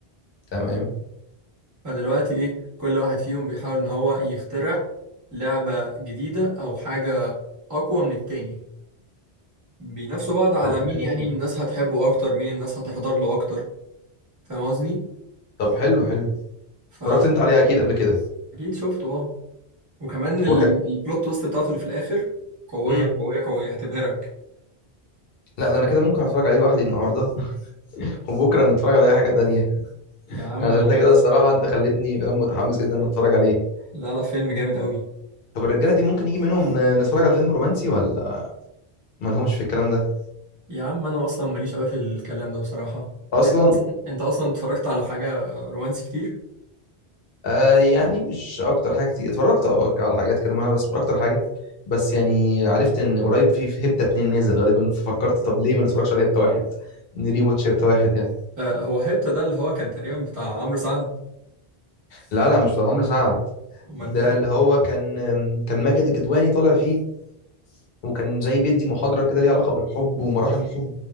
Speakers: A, on the left; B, on the right.
A: تمام
B: فدلوقتي ايه كل واحد فيهم بيحاول ان هو يخترع لعبة جديدة او حاجة اقوى من التاني بينافسوا بعض على
A: تمام
B: مين يعني الناس هتحبه اكتر مين الناس هتحضر له اكتر فاهم قصدي؟
A: طب حلو حلو
B: فأكيد
A: اتفرجت انت عليه اكيد قبل كده
B: شفته اه وكمان ال-
A: هو ك...
B: البلوت تويست بتاعته اللي في الاخر قويه
A: مم.
B: قويه قويه هتبهرك
A: لا ده انا كده ممكن اتفرج عليه لوحدي النهارده <laughs> وبكره نتفرج على اي حاجه تانية
B: يا عم
A: عشان انت
B: انا ما
A: كده
B: عنديش
A: الصراحه
B: مشكله
A: انت خليتني فاهم متحمس جدا ان اتفرج عليه
B: لا لا فيلم جامد قوي
A: طب الرجاله دي ممكن يجي منهم ن- نتفرج على فيلم رومانسي ولا ما لهمش في الكلام ده
B: يا عم انا اصلا ماليش قوي في الكلام ده بصراحه
A: اصلا
B: انت اصلا انت اصلا اتفرجت على حاجه رومانسي كتير
A: آه يعني مش اكتر حاجه كتير اتفرجت اه على حاجات كده معانا بس مش اكتر حاجه بس يعني عرفت ان قريب في في هيبتا اتنين نازل غالبا ففكرت طب ليه ما نتفرجش على هيبتا واحد نري واتش هيبتا واحد يعني
B: آه هو هيبتا ده اللي هو كان تقريبا بتاع عمرو سعد
A: لا لا مش بتاع عمرو سعد
B: امال
A: ده
B: ده كان
A: اللي
B: ايه
A: هو كان كان ماجد الكدواني طالع فيه وكان زي بيدي محاضرة كده ليها علاقة بالحب ومراحل الحب